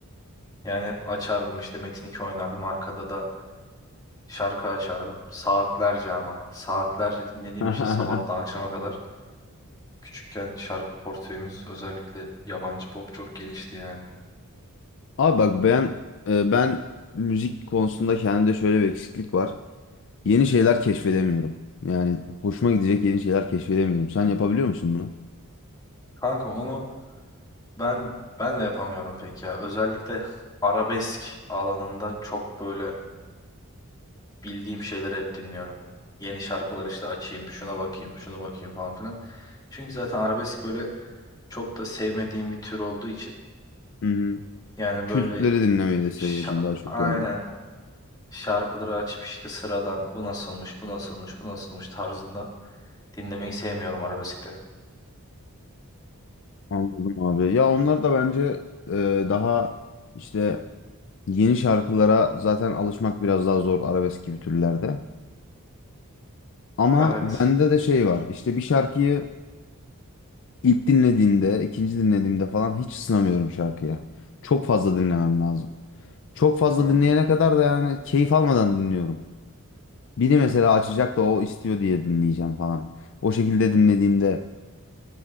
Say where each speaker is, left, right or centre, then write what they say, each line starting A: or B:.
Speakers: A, on the left (about 15°); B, on the left (about 55°).
A: Yani hep açardım işte Metin 2 oynardım. Arkada da şarkı açardım. Saatlerce ama. Saatlerce dinlediğim
B: <laughs>
A: için sabahtan akşama kadar. Küçükken şarkı portföyümüz özellikle yabancı pop çok genişti yani.
B: Abi bak ben e, ben müzik konusunda kendimde şöyle bir eksiklik var. Yeni şeyler keşfedemiyorum. Yani hoşuma gidecek yeni şeyler keşfedemiyorum. Sen yapabiliyor musun bunu?
A: Kanka onu Ben ben de yapamıyorum pek ya. Özellikle arabesk alanında çok böyle bildiğim şeyleri hep dinliyorum. Yeni şarkılar işte açayım, şuna bakayım, şunu bakayım falan filan. Çünkü zaten arabesk böyle çok da sevmediğim bir tür olduğu için
B: Hı-hı.
A: yani
B: Kültleri
A: böyle
B: dinlemeyi de seviyorsun
A: şa-
B: daha çok
A: aynen
B: yani.
A: şarkıları açıp işte sıradan bu nasılmış, bu nasılmış, bu nasılmış tarzında dinlemeyi sevmiyorum arabeskte.
B: Anladım abi. Ya onlar da bence e, daha işte yeni şarkılara zaten alışmak biraz daha zor arabesk gibi türlerde. Ama
A: Evet.
B: bende de şey var. İşte bir şarkıyı ilk dinlediğimde, ikinci dinlediğimde falan hiç ısınamıyorum şarkıya. Çok fazla dinlemem lazım. Çok fazla
A: Hı,
B: dinleyene kadar da yani keyif almadan dinliyorum. Biri mesela açacak da o istiyor diye dinleyeceğim falan. O şekilde dinlediğimde